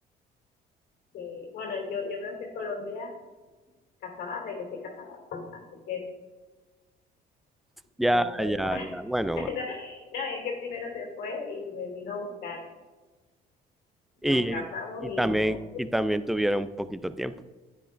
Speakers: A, on the left; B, in the centre.
A: sí. Bueno, yo, yo me fui a Colombia casada, regresé casada, así que
B: Ya,
A: no hay problema.
B: ya, ya. Bueno,
A: <laughs>
B: bueno.
A: No, no, es que el primero se fue y me vino a buscar.
B: Y,
A: Nos casamos
B: y
A: y
B: también,
A: no.
B: y también tuvieron un poquito tiempo.